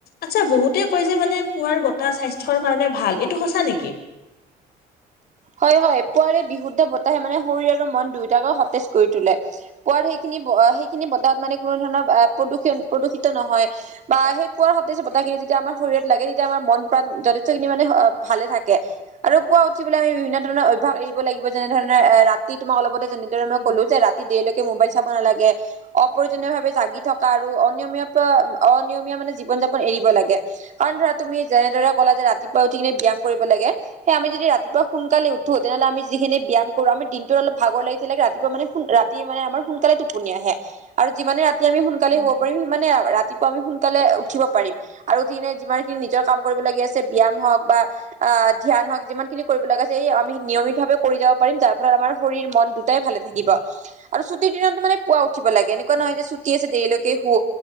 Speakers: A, on the left; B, on the right.
A: আচ্ছা বহুতে কয় যে মানে পুৱাৰ বতাহ স্বাস্থ্যৰ কাৰণে ভাল এইটো সঁচা নেকি
B: হয় হয় পুৱাৰে বিশুদ্ধ বতাহে মানে শৰীৰ আৰু মন দুয়টাকে সতেজ কৰি তোলে পুৱাৰ সেইখিনি সেইখিনি বতাহ মানে কোনো ধৰণৰ প্ৰদূষণ প্ৰদূষিত নহয় বা সেই পুৱাৰ সতেজ বতাহখিনি যেতিয়া আমাৰ শৰীৰত লাগে তেতিয়া আমাৰ মন প্ৰাণ যথেষ্টখিনি মানে ভালে থাকে আৰু পুৱা উঠিবলৈ আমি বিভিন্ন ধৰণৰ অভ্যাস এৰিব লাগিব যেনে ধৰণে ৰাতি তোমাক অলপতে যেনেদৰে মই
A: উম,
B: ক'লো যে ৰাতি ৰাতি দেৰিলৈকে মোবাইল চাব নালাগে অপ্ৰয়োজনীয় ভাৱে জাগি থকা আৰু অনিয়মীয়া অনিয়মীয়া মানে জীৱন যাপন এৰিব লাগে কাৰণ ধৰা তুমি যেনেদৰে কলা যে ৰাতিপুৱা উঠি কিনে ব্যায়াম কৰিব লাগে সেই আমি যদি ৰাতিপুৱা সোনকালে উঠো তেনেহ'লে আমি যিখিনি ব্যায়াম কৰো আমি দিনটো অলপ ভাগৰ লাগি থাকিলে ৰাতিপুৱা মানে সোন ৰাত ৰাতি মানে আমাৰ সোনকালে টোপনি আহে আৰু যিমানে ৰাতি আমি সোনকালে
A: উম,
B: শুব পাৰিম সিমানে ৰাতি ৰাতিপুৱা আমি সোনকালে উঠিব পাৰিম আৰু উঠি কিনে যিমান খিনি নিজৰ কাম কৰিবলগীয়া আছে ব্যায়াম হওক বা আহ ধ্যান হওক যিমানখিনি কৰিব লগা আছে আমি নিয়মিতভাৱে কৰি যাব পাৰিম যাৰ ফলত আমাৰ শৰীৰ মন দুটাই ভালে থাকিব আৰু ছুটিৰ দিনত মানে পুৱা উঠিব লাগে এনেকুৱা নহয় যে ছুটি আছে দেৰিলৈকে শুৱ